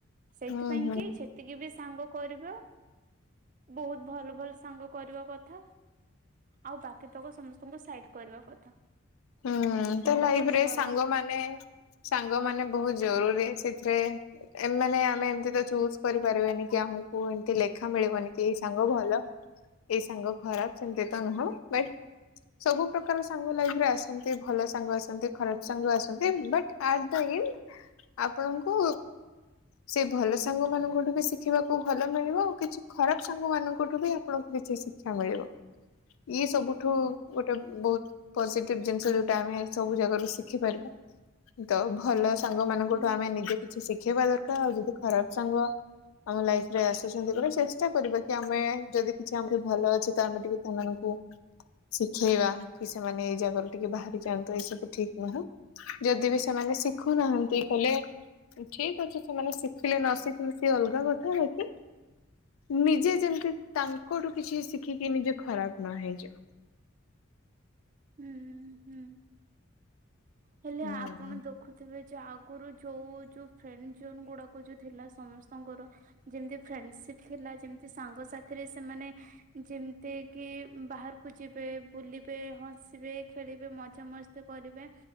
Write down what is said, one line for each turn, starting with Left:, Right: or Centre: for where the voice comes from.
Right: ସେଇଥିପାଇଁ
Left: ହୁଁ ହୁଁ
Right: କି ଛି ଯେତିକି ବି ସାଙ୍ଗ କରିବ ବହୁତ ଭଲ ଭଲ ସାଙ୍ଗ କରିବା କଥା। ଆଉ ବାକି ତକ ସମସ୍ତଙ୍କୁ ସାଇଟ୍ କରିବା କଥା।
Left: ହୁଁ ତ
Right: ବହୁତ
Left: ଲାଇଫ୍ ରେ
Right: ଭଲ
Left: ସାଙ୍ଗମା ମାନେ ସାଙ୍ଗ ମାନେ ବୋହୁତ୍ ଜରୁରୀ ସେଥିରେ। ଏମାନେ ଆମେ ଏମିତି ତ ଚୁଜ୍ କରିପାରିବାନି କି ଆମକୁ ଏମତି ଲେଖା ମିଳିବନି କି ଏଇ ସାଙ୍ଗ ଭଲ। ଏଇ ସାଙ୍ଗ ଖରାପ୍ ସେମ୍ତି ତ ନୁହଁ ବଟ୍ ସବୁ ପ୍ରକାର ସାଙ୍ଗ ଲାଇଫରେ ଆସ୍ ନ୍ତି ଭଲ ସାଙ୍ଗ ଆସନ୍ତି ଖରାପ ସାଙ୍ଗ ଆ ନ୍ତି ବାଟ୍ଆଟ୍ ଦ ଇଣ୍ଡ୍। ଆପଣଙ୍କୁ। ସେଇ ଭଲ ସାଙ୍ଗ ମାନଙ୍କଠୁ ବି ଶିଖିବାକୁ ଭଲ ମିଳିବ ଆଉ କିଛି ଖରାପ ସାଙ୍ଗ ମାନଙ୍କଠୁ ବି ଆ ପଣଙ୍କୁ କିଛି ଶିକ୍ଷା ମିଳିବ ଇଏ ସବୁଠୁ
Right: ହୁଁ
Left: ଗୋଟେ ବହୁତ୍ ପଜେ ଟିପ୍ ଜିନିଷ ଯୋଉଟା ଆମେ ସବୁ ଜାଗାରୁ ଶିଖିପାରିବା ତ ଭଲ ସାଙ୍ଗ ମାନଙ୍କଠୁ
Right: ହୁଁ
Left: ଆମେ ନିଜେ କିଛି ଶିଖେଇବା ଦର୍କାର୍ ଆଉ ଯଦି ଖରାପ୍ ସାଙ୍ଗ ଆମ ଲାଇଫ୍ ରେ ଆସୁଛନ୍ତି ବୋଲି ଚେଷ୍ଟା କରିବା କି ଆମେ ଯଦି କିଛି ଆମକୁ ଭଲ ଅଛି ତ ଆମେ ଟିକେ ସେମାନଙ୍କୁ ଶିଖେଇବା କି ସେମାନେ। ଜାଗାରୁ ଟିକେ ବାହାରି ଯାଆନ୍ତୁ ଏସବୁ ଠିକ ନୁହଁ ଯଦି ବି ସେମାନେ ଶିଖୁନାହାନ୍ତି ତାହେଲେ ଠିକ ଅଛି ସେମାନେ ଶିଖିଲେ ନ ଶିଖିଲେ ସିଏ ଅଲଗା କଥା ହେ କି। ନିଜେ ଯେମିତି ତାଙ୍କଠୁ କିଛି ଶିଖିକି ନିଜେ ଖରାପ ନ ହେଇଯାଉ।
Right: ହୁଁ ହୁଁ ହେଲେ
Left: ହୁଁ।
Right: ଆପଣ ଦୋ ଖୁଥିବେ ଯେ ଆଗରୁ ଯୋଉ ଯୋଉ ଫ୍ରେଣ୍ଡ ଜୋନ୍ ଗୁଡାକ ଯୋଉ ଥିଲା ସମସ୍ତଙ୍କର ଯେମତି ଫ୍ରେଣ୍ଡସିପ ଥିଲା ଯେମିତି ସାଙ୍ଗ ସାଥିରେ ସେମାନେ ଯେମିତି କି ବାହାରକୁ ଯିବେ ବୁଲିବେ ହସିବେ ଖେଳିବେ ମଜା ମସ୍ କରିବେ।